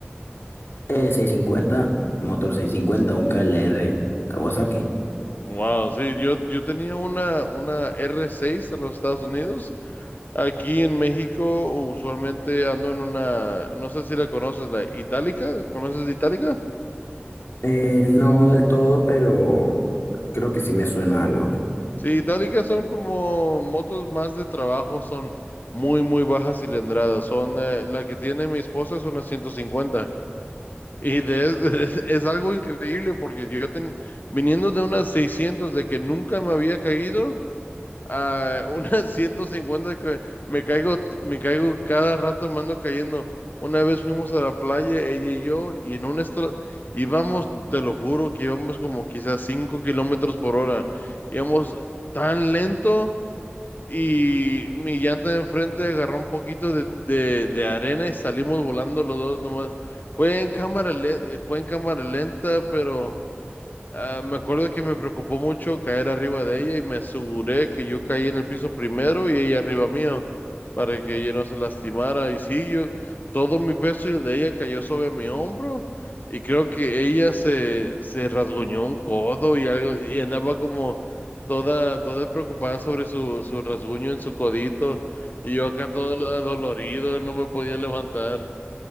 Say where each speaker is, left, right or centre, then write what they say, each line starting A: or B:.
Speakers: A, on the left (about 80°); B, on the left (about 50°).
A: Eh, 650, motor 650, un KLR Kawasaki.
B: Wow, sí, yo, yo tenía una, una r seis en los Estados Unidos. Aquí en México usualmente ando en una, no sé si la conoces, la Itálica. ¿Conoces Itálica?
A: Eh, no del todo, pero creo que sí me suena algo.
B: Sí, Itálicas son como motos más de trabajo, son muy, muy bajas cilindradas. Son, eh, la que tiene mi esposa es una ciento cincuenta Y de, <laughs> es, es algo increíble porque yo ten- viniendo de unas 600 de que nunca me había caído, a <laughs> unas 150 que me caigo, me caigo cada rato, me ando cayendo. Una vez fuimos a la playa, ella y yo, y en un estro... íbamos, te lo juro, que íbamos como quizás 5 kilómetros por hora. Íbamos tan lento y mi llanta de enfrente agarró un poquito de, de, de arena y salimos volando los dos nomás. Fue en cámara, le- fue en cámara lenta, pero Ah, me acuerdo que me preocupó mucho caer arriba de ella y me aseguré que yo caí en el piso primero y ella arriba mío para que ella no se lastimara. Y sí, yo, todo mi peso y el de ella cayó sobre mi hombro y creo que ella se, se rasguñó un codo y algo y andaba como toda, toda preocupada sobre su, su rasguño en su codito y yo acá todo adolorido, no me podía levantar.